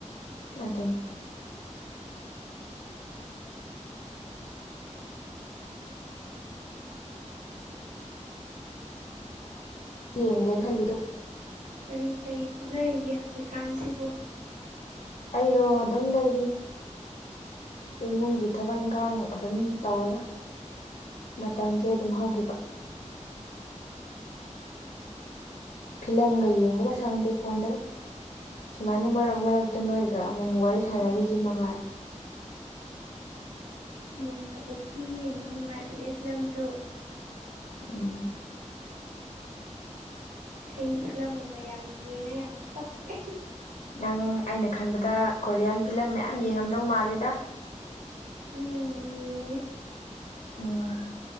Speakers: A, on the left (about 60°); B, on the right (about 85°).
A: ꯑꯗꯨꯅꯦ꯫ ꯌꯦꯡꯒꯦꯅꯥ ꯈꯜꯂꯤ ꯑꯗꯨ
B: ꯀꯔꯤ ꯀꯔꯤ ꯍꯣꯠꯅꯔꯤꯒꯦ ꯍꯧꯖꯤꯛꯀꯥꯟꯁꯤꯕꯨ꯫
A: ꯑꯩꯔꯣ ꯑꯗꯨꯝ ꯂꯩꯔꯤ꯫ ꯏꯃꯨꯡꯒꯤ ꯊꯕꯛ ꯏꯪꯈꯥꯡ ꯑꯗꯨꯝ ꯇꯧꯔꯒ ꯃꯇꯝꯁꯦ ꯑꯗꯨꯝ ꯍꯧꯈꯤꯕ꯫ ꯐꯤꯂꯝꯒ ꯌꯦꯡꯕꯒ ꯁꯪꯗꯦ ꯐꯣꯟꯗꯒ ꯁꯨꯃꯥꯏꯅ ꯃꯔꯛ ꯃꯔꯛ ꯇꯨ ꯅꯣꯏꯒ ꯑꯃꯨꯛ ꯋꯥꯔꯤ ꯁꯥꯟꯅꯔꯤꯁꯤ
B: ꯎꯝ
A: ꯃꯉꯥꯏꯔꯦ꯫
B: ꯅꯣꯡ ꯐꯥꯗꯣꯛꯁꯨ ꯌꯦꯡꯉꯣ ꯅꯨꯡꯉꯥꯏꯕꯅꯦ ꯐꯤꯂꯝꯁꯨ꯫
A: ꯎꯝ
B: ꯑꯩ ꯐꯤꯂꯝꯒ ꯌꯥꯝ ꯌꯦꯡꯉ ꯌꯥꯝ ꯀꯞꯄꯦ꯫
A: ꯅꯪ ꯑꯩꯅ ꯈꯟꯕꯗ ꯀꯣꯔꯤꯌꯥꯟ ꯐꯤꯂꯝ ꯃꯌꯥꯝ ꯌꯦꯡꯉꯝꯗꯧ ꯃꯥꯜꯂꯤꯗꯥ꯫
B: ꯎꯝ ꯌꯦꯉ‌ꯦ꯫
A: ꯎꯝ